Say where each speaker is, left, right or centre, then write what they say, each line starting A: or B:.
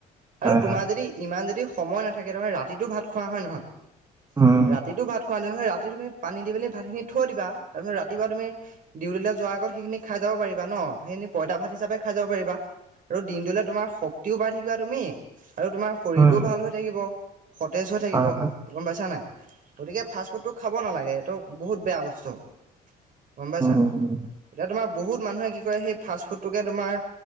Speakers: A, on the right (about 55°); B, on the right (about 20°).
A: আৰু
B: হয়
A: তোমাৰ
B: হয়
A: যদি- ইমান যদি সময় নাথাকে তাৰমানে ৰাতিটো ভাত খোৱা হয় নহয়।
B: উম
A: ৰাতিটো ভাত খোৱা নহয় ৰাতি তুমি- পানী দি মেলি ভাতখিনি থৈ দিবা তাৰপিছত ৰাতিপুৱা তুমি ডিউটিলে যোৱা আগ- গত সেইখিনি খাই যাব পাৰিবা ন' সেইখিনি পইতা ভাত হিচাপে খাই যাব পাৰিবা। আৰু দিনটোলে তোমাৰ শক্তিও পাই থাকিবা তুমি- আৰু তোমাৰ শৰীৰটোও
B: উম
A: ভাল হৈ থাকিব সতেজ হৈ থাকিব।
B: হয় হয়
A: গম পাইছা নাই? গতিকে, ফাষ্টফুডটো খাব নালাগে এইটো বহুত বেয়া বস্তু। গম পাইছা?
B: উম
A: এতিয়া তোমাৰ বহুত মানুহে কি কৰে সেই ফাষ্টফুডটোকে তোমাৰ